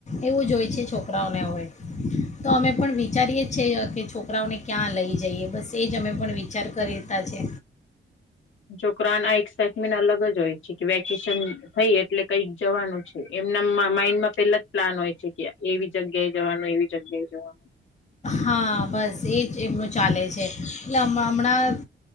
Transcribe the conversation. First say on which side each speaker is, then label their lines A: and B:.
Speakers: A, on the left; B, on the left.
A: એવું જોય છે છોકરાઓને હવે. તો અમે પણ વિચારીએ છે કે છોકરાઓને ક્યાં લઈ જઈએ બસ. તે જ અમે પણ વિચાર કરતા છે.
B: છોકરાન આ એક સેગમેન્ટ અલગ જ હોય છે કે વેકેશન થઈ એટલે કઈક જવાનું છે, એમના માઇન્ડ માં પેલા જ પ્લાન હોય છે કે એવી જગ્યાએ જવાનું એવી જગ્યાએ જવાનું.
A: હા બસ એ જ એમનું ચાલે છે, એટલે હમણાં